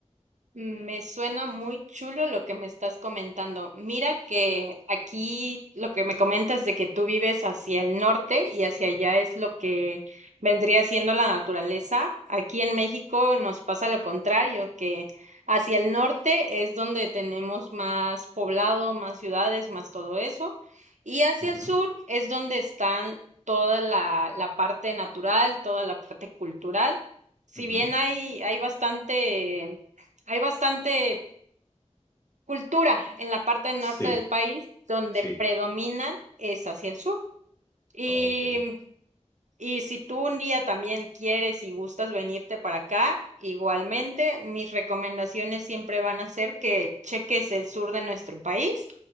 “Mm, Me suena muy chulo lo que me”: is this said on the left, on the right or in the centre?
Right